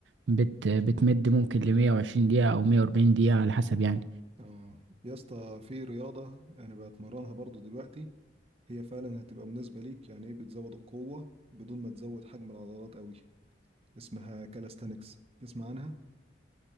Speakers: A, on the right; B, on the right.
A: بت... بتمد ممكن ل 120 دقيقة او 140 دقيقة على حسب يعني
B: اه يا اسطى في رياضة انا بتمرنها برضو دلوقتي هي فعلا هتبقى مناسبة ليك يعني ايه بتزود القوة بدون ما تزود حجم العضلات قوي اسمها كالستانكس تسمع عنها